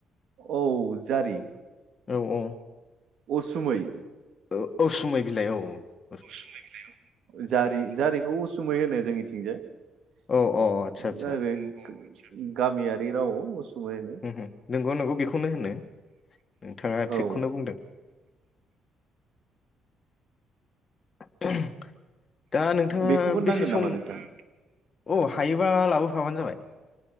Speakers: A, on the right; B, on the left.
A: औ जारि
B: औ औ
A: असुमै
B: ओ औसुमै बिलाइ औ औ
A: असुमै बिलाइ औ औ जारि जारिखौ उसुमै होनो जोंनिथिंजाय आरो
B: औ औ आदसा
A: औ
B: आदसा
A: औ आतसा सा गामियारि रावाव असमिया होनो
B: हुम हुम नोंगौ नोंगौ बेखौ खौनो होनो। नोंथाङा
A: औ
B: थिगखौनो बुंदों। <unintelligible> दा नोंथाङा
A: बेखौबो
B: बेसे
A: नांगोन
B: सम
A: नामा नोंथां
B: अ हायोबा लाबोफाबानो जाबाय।